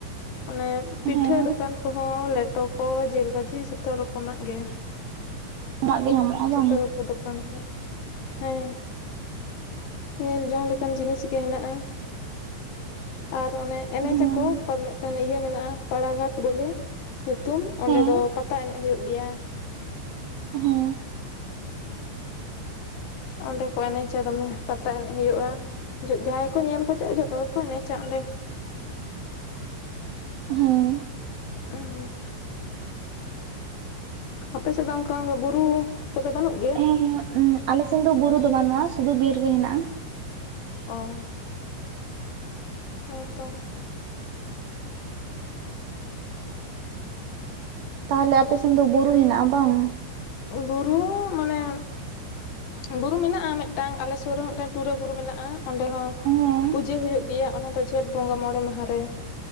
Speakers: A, on the left; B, on the right.
A: ᱚᱱᱮ ᱯᱤᱴᱷᱟᱹ
B: ᱦᱮᱸ
A: ᱫᱚᱠᱟᱱ ᱠᱚᱦᱚᱸ ᱞᱮᱴᱚ ᱠᱚ᱾ ᱵᱷᱟᱡᱤ ᱡᱷᱚᱛᱚ ᱨᱚᱠᱚᱢᱟᱜ ᱜᱮ
B: ᱟᱢᱟᱜ ᱜᱮ ᱧᱟᱢᱚᱜᱼᱟ
A: ᱡᱷᱚᱛᱚ
B: ᱵᱟᱝ
A: ᱠᱚ ᱫᱚᱠᱟᱱ ᱠᱚ ᱦᱮᱸ᱾ ᱧᱮᱞ ᱡᱚᱝ ᱞᱮᱠᱟᱱ ᱡᱤᱱᱤᱥ ᱜᱮ ᱦᱮᱱᱟᱜᱼᱟ᱾ ᱟᱨ ᱚᱱᱮ ᱮᱱᱮᱡ
B: ᱦᱮᱸ
A: ᱟᱠᱚ ᱯᱮᱱᱮ ᱯᱮᱱᱮ ᱤᱭᱟᱹ ᱢᱮᱱᱟᱜᱼᱟ ᱯᱟᱲᱟᱜᱷᱟᱴ ᱵᱚᱞᱮ ᱧᱩᱛᱩ ᱚᱸᱰᱮ
B: ᱦᱮᱸ
A: ᱫᱚ ᱯᱟᱛᱟ ᱮᱱᱮᱡ ᱦᱩᱭᱩᱜ ᱜᱮᱭᱟ᱾
B: ᱦᱮᱸ
A: ᱚᱸᱰᱮ ᱠᱚ ᱮᱱᱮᱡᱟ ᱫᱚᱢᱮ ᱯᱟᱛᱟ ᱮᱱᱮᱡ ᱦᱳᱭᱳᱜᱼᱟ᱾ ᱡᱟᱦᱟᱸᱭ ᱠᱚ ᱧᱮᱞ ᱠᱚ ᱪᱚᱜᱼᱟ ᱡᱷᱚᱛᱚ ᱜᱮᱠᱚ ᱮᱱᱮᱡᱟ ᱚᱸᱰᱮ᱾
B: ᱦᱮᱸ
A: ᱩᱸ ᱟᱯᱮ ᱥᱮᱫ ᱫᱚ ᱚᱝᱠᱟ ᱚᱱᱠᱟ ᱵᱩᱨᱩ ᱠᱚᱫᱚ ᱵᱟᱹᱱᱩᱜ ᱜᱮᱭᱟ?
B: ᱮᱸ ᱚᱸ ᱟᱞᱮ ᱥᱮᱱ ᱫᱚ ᱵᱩᱨᱩ ᱫᱚ ᱵᱟᱹᱱᱩᱜᱼᱟ ᱥᱩᱫᱩ ᱵᱤᱨ ᱜᱮ ᱦᱮᱱᱟᱜᱼᱟ᱾
A: ᱚ ᱦᱮᱸ ᱛᱚ
B: ᱛᱟᱦᱞᱮ ᱟᱯᱮ ᱥᱮᱱ ᱫᱚ ᱵᱩᱨᱩ ᱦᱮᱱᱟᱜᱼᱟ ᱵᱟᱝ?
A: ᱵᱩᱨᱩ ᱢᱟᱱᱮ ᱵᱩᱨᱩ ᱢᱮᱱᱟᱜᱼᱟ ᱢᱮᱫᱴᱟᱝ ᱟᱞᱮ ᱥᱳᱨ ᱨᱮᱦᱚᱸ ᱢᱮᱫᱴᱟᱝ ᱴᱩᱨᱟᱹ ᱵᱩᱨᱩ ᱢᱮᱱᱟᱜᱼᱟ ᱚᱸᱰᱮ ᱦᱚᱸ
B: ᱦᱮᱸ
A: ᱯᱩᱡᱟᱹ ᱦᱩᱭᱩᱜ ᱜᱮᱭᱟ᱾ ᱚᱱᱟ ᱫᱚ ᱡᱷᱮᱸᱴ ᱵᱚᱸᱜᱟ ᱢᱚᱬᱮ ᱢᱟᱦᱟ ᱨᱮ᱾